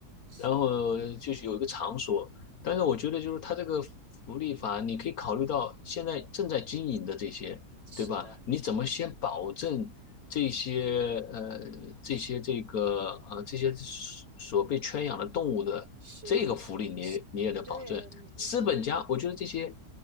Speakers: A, on the right (about 90°); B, on the left (about 60°).
A: 是的，
B: 然后就是有一个场所。但是我觉得就是他这个福利法，
A: 嗯，
B: 你可以考虑到现在正在经营的这些，
A: 是的，
B: 对吧？你怎么先保证这些呃这些这个呃这些所所被圈养的动物的这个福利你也你也得保证。
A: 是是，对你你
B: 资本家，我觉得这些